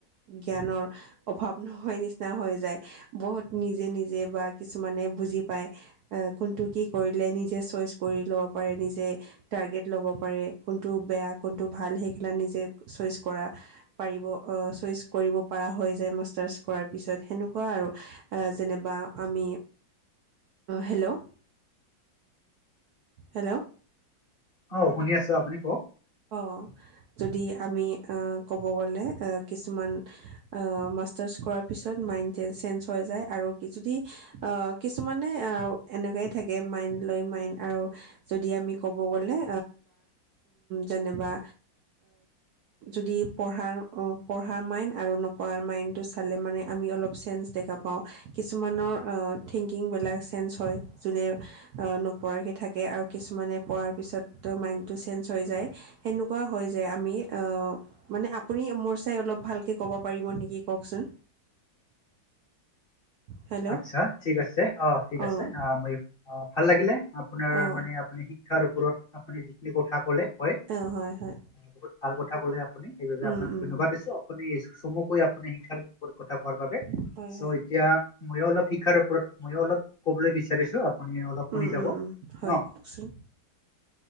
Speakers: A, on the right (about 70°); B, on the left (about 40°).
A: জ্ঞানৰ অভাৱ নহয় নিচিনা হৈ যায় বহুত নিজে নিজে বা কিছুমানে বুজি পায় কোনটো কি কৰিলে নিজে চইছ কৰি লব পাৰে নিজে টাৰগেট সব পাৰে কোনটো বেষ্ট কোনটো ভাল সেইকেইটা নিজে চইছ কৰা পাৰিব চইছ কৰিব পৰা হৈ যে মাষ্টাৰছ কৰা পিছত সেনেকোৱা আৰু আ যেনেবা আমি হেল্ল' হেল্ল'
B: অ শুনি আছো আপুনি কওক
A: অ যদি আমি ক'ব গ'লে কিছুমান মাষ্টাৰত পিছত মাইণ্ড চেঞজ হৈ যায় আৰু যদি কিছুমানে তেনেকেই থাকে মাইণ্ড লৈ মাইণ্ড আৰু যদি আমি ক'ব গ'লে যেনবা যদি পঢ়াৰ পঢ়াৰ মাইণ্ড আৰু নপঢ়াৰ মাইণ্ডটো চালে মানে আমি অলপ চেঞ্জ দেখা পাওঁ কিছুমানৰ থিংকিং বেলেগে চেঞ্জ হয় যোনে নপঢ়াকে থাকে থাকে আৰু কিছুমানে পঢ়াৰ পিছততো মাইণ্ডটো চেঞ্জ হৈ যায়। সেনেকুৱা হয় যে আমি মানে আপুনি মোৰ চাই অলপ ভালকে ক'ব পাৰিব নেকি ক কওকচোন হেল্ল'
B: আচ্ছা ঠিক আছে অ ঠিক
A: অঁ
B: আছে অ মই অ ভাল লাগিলে আপোনাৰ
A: অঁ
B: মানে আপুনি শিক্ষাৰ ওপৰত আপুনি যিখিনি কথা ক'লে হয়
A: অ হয় হয়
B: বহুত ভাল কথা ক'লে আপুনি সেইবাবে
A: অঁ
B: আপোনাক ধন্যবাদ দিছো আপুনি চমুকৈ আপুনি শিক্ষাৰ ওপৰত কথা কোৱাৰ বাবে
A: হয়
B: চ'
A: হয়
B: এতিয়া ময়ো অলপ শিকাৰ ওৰত ময়ও অলপ কব বিচাৰিছো আপুনি অলপ
A: ম
B: শুনি যাব
A: হয়
B: ন
A: কওকচোন